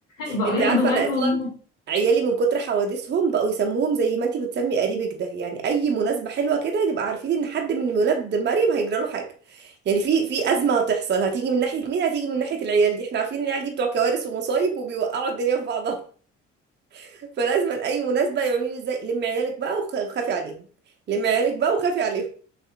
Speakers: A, on the left; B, on the right.
A: بقوا
B: انت
A: ياخدوا
B: عارفه
A: بالهم
B: انا اصلا عيالي من كتر حوادثهم بقوا يسموهم زي ما انت بتسمي قريبك ده يعني اي مناسبه حلوه كده نبقى عارفين ان حد من ولاد مريم هيجرى له حاجه يعني في في ازمه هتحصل هتيجي من ناحيه مين هتيجي من ناحيه العيال دي احنا عارفين إن العيال دي بتوع كوارث ومصايب وبيوقعوا الدنيا في بعضها <laughs> فلازم اي مناسبه يقولوا لي ازاي لم عيالك بقى وخافي عليهم لم عيالك بقى وخافي عليهم